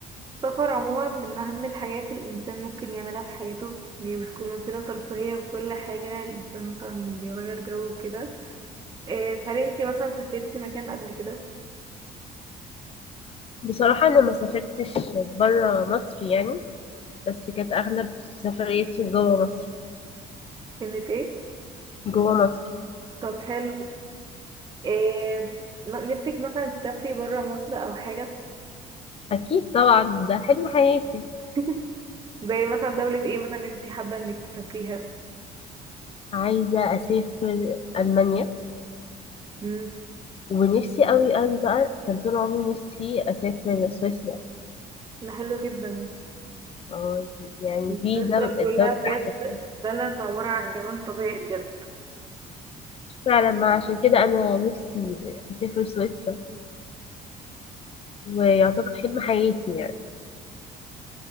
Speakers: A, on the right (about 25°); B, on the left (about 35°).
A: السفر عموما من أهم الحاجات اللي الإنسان ممكن يعملها في حياته دي بتكون وسيلة ترفيهية وكل حاجة الإنسان مثلا بيغير جو وكده إيه، فهل انتي مثلا سافرتي مكان قبل كده؟
B: بصراحة أنا ما سافرتش برا مصر يعني بس كانت أغلب سفرياتي جوا مصر
A: كانت ايه؟
B: جوا مصر
A: طب حلو إيه، م- نفسك مثلا تسافري برا مصر أو حاجة؟
B: أكيد طبعا ده حلم حياتي
A: <laughs> زي مثلا دولة ايه مثلا انتي حابة انك تسافريها؟
B: عايزة أسافر ألمانيا
A: مم،
B: ونفسي أوي أوي بقى كان طول عمري نفسي أسافر سويسرا
A: ده حلو جدا
B: اه يعني دي
A: سويسرا
B: دولة
A: كلها
B: دولة
A: بجد
B: أحلامي
A: بلد عبارة عن جمال طبيعي بجد
B: فعلا ما عشان كده أنا نفسي أسافر سويسرا ويعتبر حلم حياتي يعني